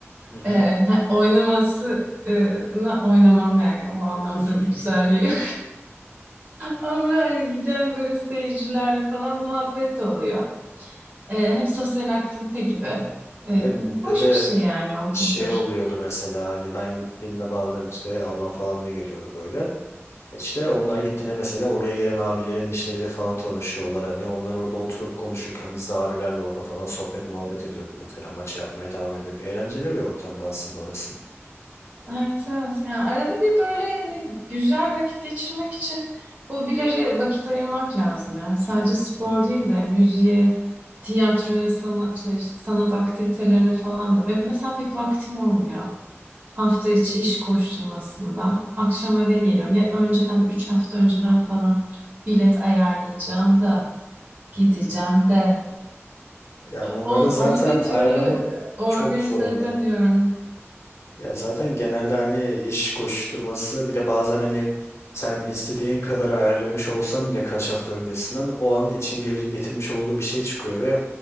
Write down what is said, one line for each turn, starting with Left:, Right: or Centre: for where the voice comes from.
Left: Hı hı.
Right: E, ha, oynaması e, na- oynamam yani o anlamda
Left: <laughs>
Right: bir güzelliği Ama hani giden böyle seyircilerle falan muhabbet de oluyor. Ee, hem sosyal aktivite gibi. Ee,
Left: Ve bizde
Right: hoş
Left: de
Right: bir şey yani o kültür.
Left: şey oluyordu mesela hani ben gittiğimde bazen işte ablam falan da geliyordu böyle. E İşte onlar gittiğinde mesela oraya gelen abilerin işleriyle falan tanışıyorlar hani onlar orada oturup konuşurken biz de abilerle orada falan sohbet muhabbet ediyorduk mesela maçı yapmaya devam ediyorduk. Eğlenceli bir ortamda aslında orası.
Right: Evet evet. Yani arada bir böyle hani güzel vakit geçirmek için hobilere vakit ayırmak lazım. Yani sadece spor
Left: Hı hı,
Right: değil de müziğe, tiyatroya, sana, işte işte sanat aktivitelerine falan da. Ve mesela pek vaktim olmuyor. Hafta içi iş koşturmasından. Akşam eve geliyorum. Ya önceden, böyle üç hafta önceden falan bilet ayarlayacağım da gideceğim
Left: hı hı.
Right: de.
Left: Ya onları
Right: O,
Left: zaten
Right: onu bir
Left: ayarlamak
Right: türlü e, organize
Left: çok zor oluyor.
Right: edemiyorum.
Left: Ya zaten genelde hani iş koşturması bir de bazen hani sen istediğin kadar ayarlamış olsan bile kaç hafta öncesinden o an için gele- getirmiş olduğu bir şey çıkıyor ve